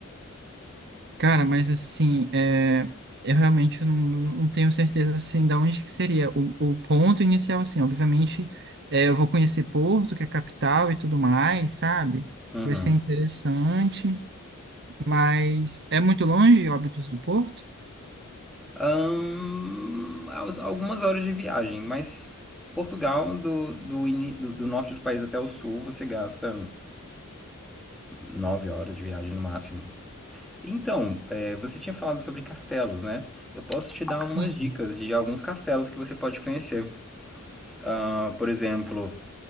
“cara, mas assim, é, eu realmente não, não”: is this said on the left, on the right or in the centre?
Right